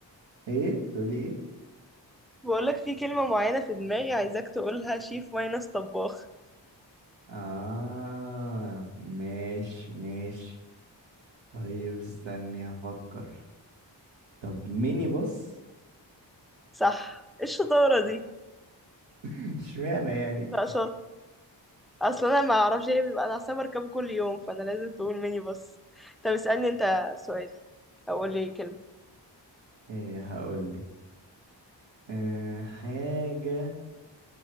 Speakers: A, on the right (about 70°); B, in the centre.
A: إيه؟ تقولي إيه؟
B: بقولك في كلمة معينة في دماغي عايزاك تقولها شيف ماينس طباخ
A: آه ماشي ماشي طيب استني هفكر طب ميني باص
B: صح ايه الشطارة دي
A: <laughs> اشمعنى يعني
B: لا شاطر أصل أنا ما أعرفش ايه بيبقى أنا أصلا بركبه كل يوم فأنا لازم تقول مني بس طب اسألني أنت سؤال أو قول لي كلمة
A: ايه هقولك أه حاجة